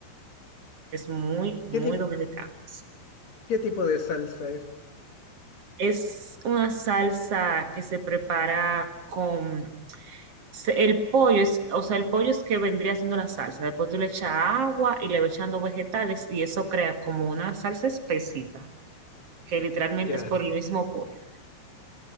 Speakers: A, on the right; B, on the left.
A: Es muy, muy
B: ¿Qué tip-
A: dominicano.
B: qué tipo de salsa es?
A: Es una salsa que se prepara con se- El pollo es, o sea, el pollo es que vendría siendo la salsa. Después tú le echas agua y le vas echando vegetales y eso crea como una salsa espesita, que literalmente
B: Ya,
A: es por el mismo pollo.